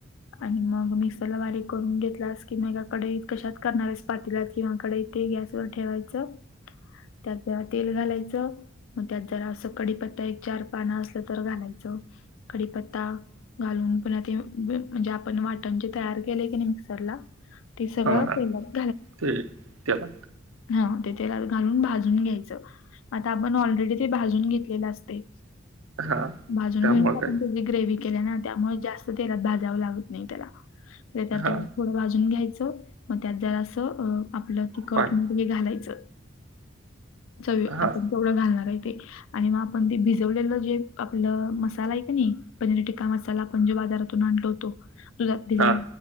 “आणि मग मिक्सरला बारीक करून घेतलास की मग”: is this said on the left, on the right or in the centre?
Left